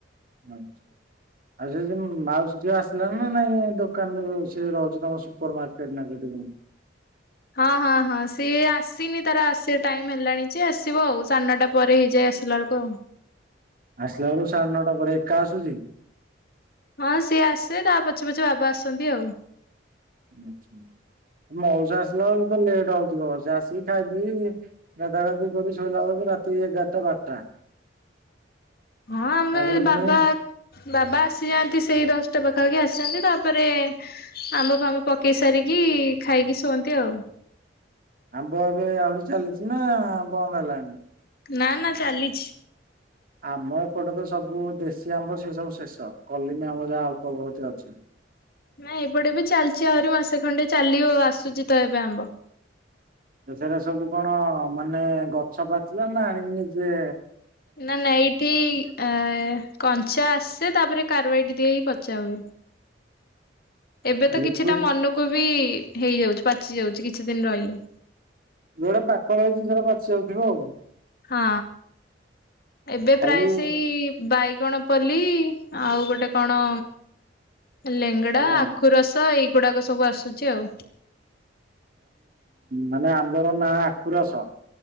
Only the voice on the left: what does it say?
ହଁ ହଁ ହଁ ସିଏ ଆସିନି ତାର ଆସିବା ଟାଇମ୍ ହେଲାଣି ଯେ ଆସିବ ଆଉ ସାଢେ ନଅଟା ପରେ ହେଇଯାଏ ଆସିଲା ବେଳକୁ ଆଉ।
ହଁ ସିଏ ଆସେ ତା ପଛେ ପଛେ ବାବା ଆସନ୍ତି ଆଉ।
ହଁ ଆମେ
ବାବା ବାବା ଆସିଯାଆନ୍ତି ସେଇ ଦଶଟା ପାଖାପାଖି ଆସନ୍ତି ତାପରେ ଆମ୍ବ ଫାମ୍ବ ପକେଇ ସାରିକି ଖାଇକି ଶୁଅନ୍ତି ଆଉ।
ନା ନା ଚାଲିଛି।
ନାଇଁ ଏପଟେ ବି ଚାଲିଛି ଆହୁରି ମାସେ ଖଣ୍ଡେ ଚାଲିିବ ଆସୁଛି ତ ଏବେ ଆମ୍ବ।
ନା ନା ଏଇଠି ଆ କଞ୍ଚା ଆସେ ତାପରେ କାର୍ବାଇଟି ଦିଆ ହେଇକି ପଚା ହୁଏ।
ଏବେ ତ
କିଛିଟା ମନକୁ ବି ହେଇଯାଉଛି ପାଚି ଯାଉଛି କିଛି ଦିନ ରହିଲେ।
ହଁ ଏବେ
ପ୍ରାୟ ସେଇ ବାଇଗଣ ପଲ୍ଲୀ ଆଉ ଗୋଟେ କଣ ଲେଙ୍ଗଡା
ଆଖୁ ରସ ଏଇଗୁଡାକ ସବୁ ଆସୁଛି ଆଉ।